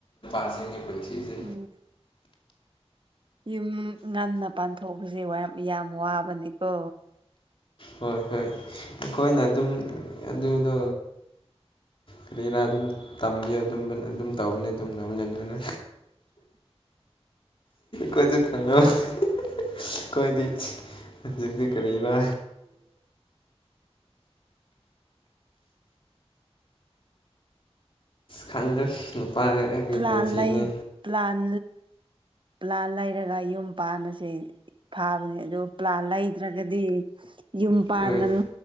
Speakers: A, on the left (about 55°); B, on the right (about 50°).
A: ꯑꯖꯤꯡꯒꯤ ꯄꯨꯟꯁꯤꯖꯦ
B: ꯎꯝ ꯌꯨꯝ ꯉꯟꯅ ꯄꯥꯟꯊꯣꯛꯄꯁꯦ ꯌꯥꯝ ꯋꯥꯕꯅꯤꯀꯣ
A: ꯍꯣꯏ ꯍꯣꯏ ꯑꯩꯈꯣꯏꯅ ꯑꯗꯨꯝ ꯑꯗꯨꯗꯣ ꯀꯔꯤꯔꯥ ꯑꯗꯨꯝ ꯇꯝꯒꯦ ꯑꯗꯨꯝ ꯇꯧꯕꯅꯤ ꯇꯝꯕꯅꯤ ꯑꯗꯨꯅ ꯀꯣꯏꯁꯨ ꯈꯪꯉ ꯑꯩꯈꯣꯏꯗꯤ ꯍꯧꯖꯤꯛꯇꯤ ꯀꯔꯤꯔꯤꯕ ꯈꯪꯗꯁꯤ ꯅꯨꯄꯥ ꯑꯩꯒꯤ
B: ꯄ꯭ꯂꯥꯟ
A: ꯄꯨꯟꯁꯤꯅꯤ
B: ꯂꯩ ꯄ꯭ꯂꯥꯟ ꯄ꯭ꯂꯥꯟ ꯂꯩꯔꯒ ꯌꯨꯝ ꯄꯥꯟꯕꯁꯦ ꯐꯥꯕꯅꯦ ꯑꯗꯨ ꯄ꯭ꯂꯥ ꯂꯩꯗ꯭ꯔꯒꯗꯤ ꯌꯨꯝ ꯄꯥꯟꯒꯅꯨ
A: ꯍꯣꯏ